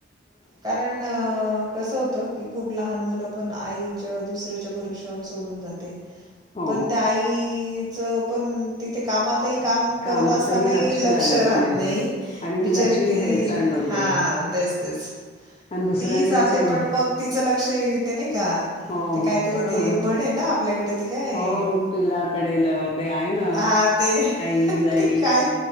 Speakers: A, on the right; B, on the left.
A: कारण अ, कस होत की खूप लहान मुल पण आई ज् दुसऱ्याच्या भरोशा वर सोडून जाते
B: हो
A: पण त्याई पण तिथे कामातयी काम
B: कामातही
A: करत असतानायी लक्ष
B: लागत
A: राहत
B: नाही
A: नायी
B: आणि मुलाची
A: बिचारी ती,
B: हेळसांड होते
A: हा तेच तेच,
B: आणि दुसऱ्यांकडे
A: ती जाते
B: सोड
A: पण मग तिच लक्ष यी ते नायी का?
B: हो
A: ते काहीतरी
B: हो बरोबर,
A: ते म्हण आहे ना आपल्याकडे ते काय
B: हो पिलाकडेल ते आहे ना
A: हा ते
B: आई जाई
A: ते काय